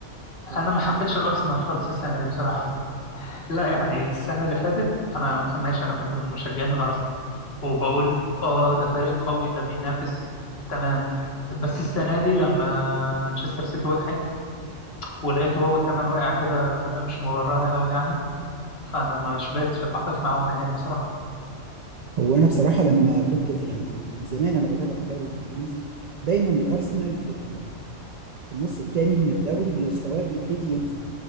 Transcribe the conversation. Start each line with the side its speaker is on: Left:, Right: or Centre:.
Right: ف...
Left: انا ما حبيتش الارسنال خالص السنه دي بصراحه لا يعني السنه اللي فاتت انا ماشي انا كنت من مشجعين الارسنال وبقول اه ده فريق قوي ده بينافس تمام بس السنه دي لما مانشستر سيتي وقعت ولقيته هو كمان وقع كده بطريقه مش مبرره قوي يعني فانا مش بقتش بتعاطف معاهم نهائي بصراحه
Right: وانا بصراحه لما كنت يعني من زمان انا بتابع الدوري الانجليزي دايما الارسنال في ال- في النص التاني من الدوري مستواه بيبتدي ينزل